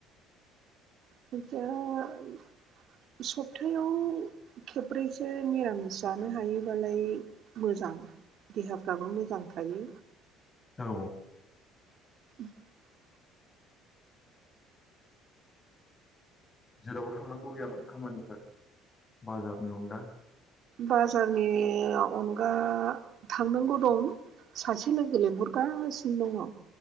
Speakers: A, on the right; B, on the left.
A: <inaudible> सप्थायाव खेब्रैसो निरामिस जानो हायोबालाय मोजां देहाफ्राबो मोजां थायो
B: औ
A: <inaudible>
B: जेरावबो थांनांगौ गैयामोन खामानिफोर बाजारनि अनगा
A: बाजारनि अनगा थांनांगौ दं सासे लोगो लेंंहरगासिनो दङ